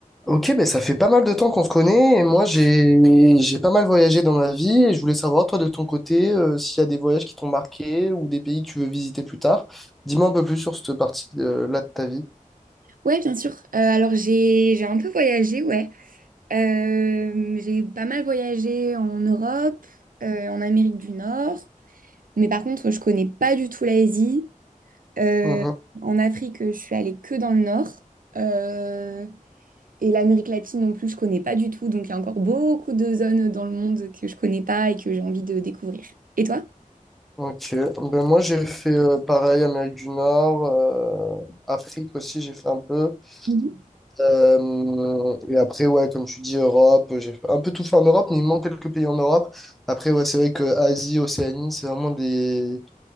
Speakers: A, in the centre; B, on the right (about 80°).
A: Ok, ben ça fait pas mal de temps qu'on se connaît et moi j'ai j'ai pas mal voyagé dans ma vie et je voulais savoir toi de ton côté euh, s'il y a des voyages qui t'ont marqué ou des pays que tu veux visiter plus tard. Dis-moi un peu plus sur cette partie de, là de ta vie.
B: Ouais, bien sûr. Euh, alors j'ai j'ai un peu voyagé, ouais. Euh, j'ai pas mal voyagé en Europe, euh, en Amérique du Nord, mais par contre je connais pas du tout l'Asie. Euh,
A: Mhm.
B: en Afrique, je suis allée que dans le Nord. Euh, et l'Amérique latine non plus, je connais pas du tout. Donc il y a encore beaucoup de zones dans le monde que je connais pas et que j'ai envie de découvrir. Et toi?
A: Ok, ben moi j'ai fait euh, pareil Amérique du Nord, euh, Afrique aussi j'ai fait un peu.
B: Mhm.
A: Euh, et après ouais comme tu dis Europe, j'ai un peu tout fait en Europe mais il me manque quelques pays en Europe. Après ouais c'est vrai que Asie, Océanie c'est vraiment des